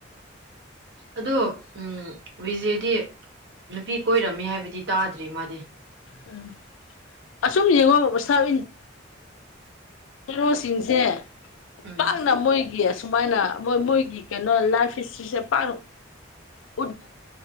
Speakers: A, on the right; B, on the left.
A: ꯑꯗꯣ ꯎꯝ ꯋꯖꯦꯗꯤ ꯅꯨꯄꯤ ꯀꯣꯏꯔꯝꯃꯤ ꯍꯥꯏꯕꯗꯤ ꯇꯥꯗ꯭ꯔꯤ ꯃꯥꯗꯤ
B: ꯎꯝ ꯑꯁꯨꯝ ꯌꯦꯡꯉꯣ ꯁꯥꯁ ꯀꯩꯅꯣꯁꯤꯡꯁꯦ
A: ꯎꯝ
B: ꯄꯥꯛꯅ ꯃꯣꯏꯒꯤ ꯑꯁꯨꯝ ꯃꯥꯏꯅ ꯃꯣꯏ ꯃꯣꯏꯒꯤ ꯀꯩꯅꯣ ꯂꯥꯏꯐ ꯍꯤꯁꯇ꯭ꯔꯤꯁꯦ ꯄ ꯎ